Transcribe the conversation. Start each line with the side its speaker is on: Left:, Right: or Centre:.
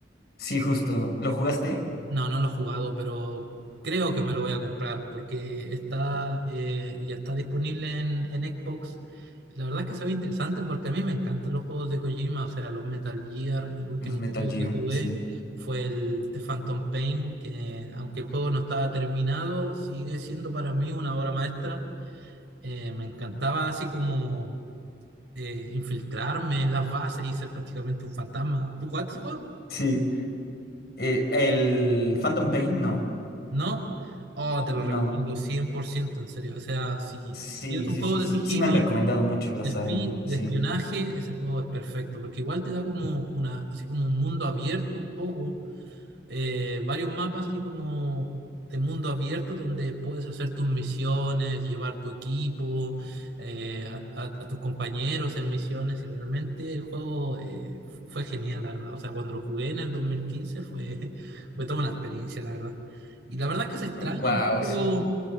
Left: Sí, justo. ¿Lo jugaste?
Right: No, no lo he jugado, pero creo que me lo voy a comprar porque está, eh, ya está disponible en, en Xbox. La verdad es que se ve interesante porque a mí me encantan los juegos de Kojima, o sea, los Metal Gear. El último
Left: Los Metal
Right: juego
Left: Gear,
Right: que jugué
Left: sí.
Right: fue el The Phantom Pain, que aunque el juego no estaba terminado, sigue siendo para mí una obra maestra eh, me encantaba así como eh, infiltrarme en las bases y ser prácticamente un fantasma. ¿Tú jugaste ese juego?
Left: Sí. Eh, el Phantom Pain, no.
Right: ¿No? Oh, te lo
Left: No.
Right: recomiendo 100%, en serio. O sea, si
Left: Sí,
Right: tienes un
Left: sí,
Right: juego
Left: sí,
Right: de
Left: sí.
Right: sigilo,
Left: Sí me han recomendado
Right: de,
Left: mucho la
Right: espi-
Left: saga.
Right: de
Left: Sí.
Right: espionaje, ese juego es perfecto, porque igual te da como una, así como un mundo abierto un poco, eh, varios mapas así como de mundo abierto donde puedes hacer tus misiones, llevar tu equipo, eh, a, a- a tus compañeros en misiones y realmente el juego eh, fue genial, la verdad. O sea, cuando lo jugué en el 2015 fue, <laughs> fue toda una experiencia, la verdad. Y la verdad es que se extraña
Left: Wow,
Right: un poco
Left: sí.